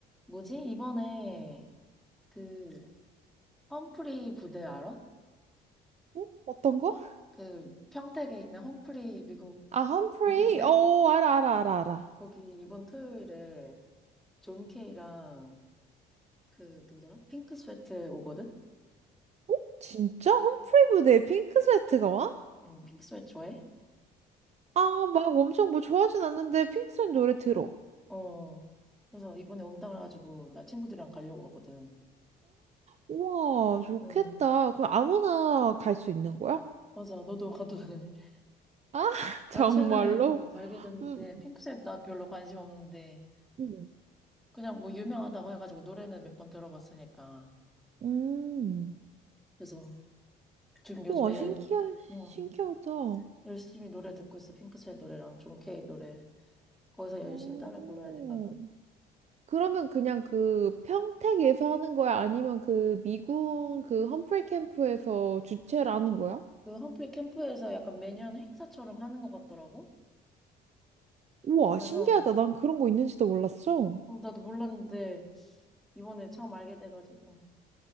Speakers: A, in the centre; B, on the right.
A: 뭐지? 이번에 그 험프리 부대 알아?
B: 어? 어떤 거?
A: 그 평택에 있는 험프리 미국
B: 아, 험프레이?
A: 미군 부대?
B: 어, 알아, 알아, 알아, 알아.
A: 거기 이번 토요일에 존 케이랑 그 누구더라? 핑크 스웨트 오거든?
B: 어? 진짜? 험프레이 무대에 핑크 스웨트가 와?
A: 응, 핑크 스웨트 좋아해?
B: 아, 막 엄청 뭐 좋아하진 않는데 핑크 스웨트 노래 들어.
A: 어. 그래서 이번에 온다 그래가지고 나 친구들이랑 가려고 하거든.
B: 우와, 좋겠다.
A: 응.
B: 그럼 아무나 갈 수 있는 거야?
A: 맞아. 너도 가도 돼.
B: <laughs>
A: <laughs> 나
B: 정말로?
A: 최근에 응, 알게 됐는데
B: 음,
A: 핑크 스웨트 나 별로 관심 없는데
B: 응.
A: 그냥 뭐 유명하다고 해가지고 노래는 몇 번 들어봤으니까.
B: 음. 음.
A: 그래서 지금 요즘에
B: 우와, 신기하,
A: 열, 어,
B: 신기하다.
A: 열심히 노래 듣고 있어. 핑크스의 노래랑 존 케이 노래. 거기서 열심히
B: 오.
A: 따라 불러야 돼, 가서.
B: 그러면 그냥 그 평택에서 하는 거야?
A: 음.
B: 아니면 그 미군 그 험프레이 캠프에서 주최를 하는 거야?
A: 그 험프리 캠프에서 약간 매년 행사처럼 하는 것 같더라고.
B: 우와,
A: 그래서
B: 신기하다. 난 그런 거 있는지도 몰랐어.
A: 어, 나도 몰랐는데 이번에 처음 알게 돼가지고.